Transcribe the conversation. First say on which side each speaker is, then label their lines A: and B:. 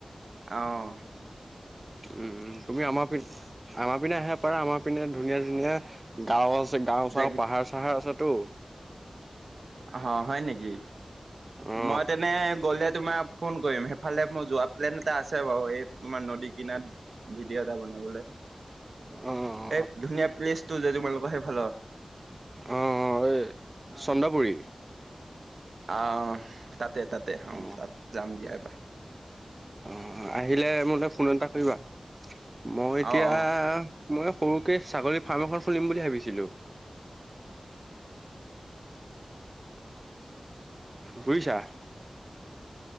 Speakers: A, on the right (about 75°); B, on the right (about 25°).
A: আহ
B: উম তুমি আমাৰ পি আমাৰ পিনে আহে পাৰা আমাৰ পিনে ধুনীয়া ধুনীয়া গছ ছে গাওঁ চাও
A: জেগি
B: পাহাৰ চাহাৰ আছেতো।
A: অ', হয় নেকি।
B: অ
A: মই তেনে গ'লে তোমাক ফোন কৰিম সেইফালে মই যোৱা প্লেন এটা আছে বাৰু এই তোমাৰ নদী কিনাৰ ভিডিঅ' এটা বনাবলৈ।
B: অ',
A: এই
B: অ।
A: ধুনীয়া প্লেচটো যে তোমালোকৰ সেইফালৰ
B: অ অ এই চন্দ্ৰাপুুৰী।
A: আহ, তাতে তাতে আহ
B: অ',
A: তাত যাম দিয়াবা।
B: অঁ আহিলে মোলৈ ফোন এটা কৰিবা মই এতিয়া
A: অ অ
B: মই সৰুকে ছাগলী ফাৰ্ম এখন খুলিম বুলি ভাবিছিলো। বুজিছা।